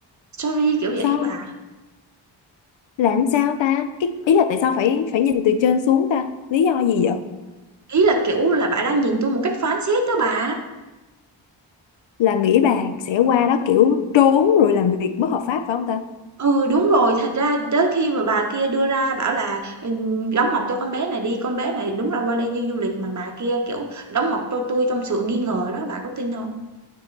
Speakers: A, on the right (about 40°); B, on the left (about 70°).
A: "Sorry" kiểu vậy
B: sorry
A: á bà.
B: là làm sao ta cái ý là tại sao phải phải nhìn từ trên xuống ta lý do gì vậy
A: Ý là, kiểu là, bà đang nhìn tôi một cách phán xét đó bà.
B: là nghĩ bà sẽ qua đó kiểu trốn rồi làm việc bất hợp pháp phải không ta?
A: Ừ, đúng rồi, thật ra tới khi mà bà kia đưa ra bảo là, ừm, "Đóng mộc cho con bé này đi, con bé này đúng là qua đây du du lịch" mà bà kia, kiểu, "Đóng mộc cho tôi trong sự nghi ngờ đó, bà có tin không?